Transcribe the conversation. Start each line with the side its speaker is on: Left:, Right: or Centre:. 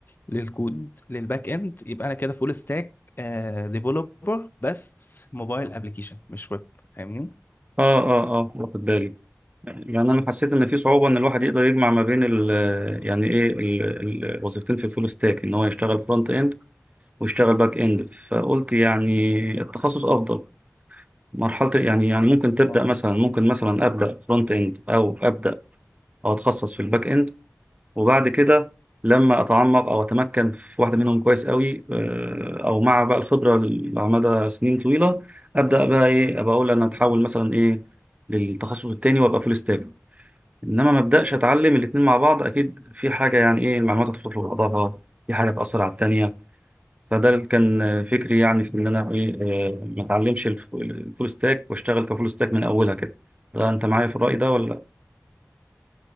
Left: للكود للباك اند يبقى انا كده فول ستاك ديفلوبر بس موبايل ابلكيشن مش ويب فاهمني
Right: اه اه اه واخد بالي يعني انا حسيت ان في صعوبه ان الواحد يقدر يجمع ما بين ال يعني ايه ال- ال- الوظيفتين في الفول ستاك ان هو يشتغل فرونت اند واشتغل باك اند فقلت يعني التخصص افضل مرحله يعني يعني ممكن تبدا
Left: اه
Right: مثلا ممكن مثلا ابدا فرونت اند او ابدا او اتخصص في الباك اند وبعد كده لما اتعمق او اتمكن في واحده منهم كويس قوي آه، او مع بقى الخبره ال- على مدى سنين طويله ابدا بقى ايه ابقى اقول انا اتحول مثلا ايه للتخصص التاني وابقى فول ستاك انما ما ابداش اتعلم الاتنين مع بعض اكيد في حاجه يعني ايه المعلومات هتدخل في بعضها في حاجه تاثر على التانيه فده اللي كان فكري يعني في ان انا ايه آه، ما اتعلمش الف- الفول ستاك واشتغل كفول ستاك من اولها كده ده انت معايا في الرأي ده ولا